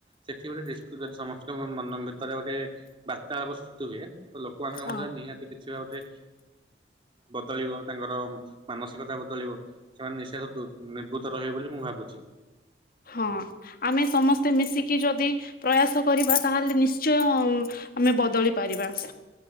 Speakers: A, on the right; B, on the left.
A: ସେଠି ଗୋଟ ଦିଷ୍ <unintelligible> ମନ ଭିତରେ ଗୋଟେ ବାର୍ତ୍ତାଳାପ ସୃଷ୍ଟି ହୁଏ ତ ଲୋକମାନଙ୍କ
B: ହଁ
A: ମଧ୍ୟରେ ନିହାତି। ସଏ ବା ଗୋଟେ ବଦଳିବ ତାଙ୍କର ମାନସିକତା ବଦଳିବ ସେମାନେ ନିଶାଠୁ ଦୁର ନିର୍ଭୂତ ରହେ ବୋଲି ମୁଁ ଭାବୁଛି।
B: ହଁ ଆମେ ସମସ୍ତେ ମିଶିକି ଯଦି ପ୍ରୟାସ କରିବା ତା ହେଲେ ନିଶ୍ଚୟ ଉଁ ଆମେ ବଦଳି ପାରିବା।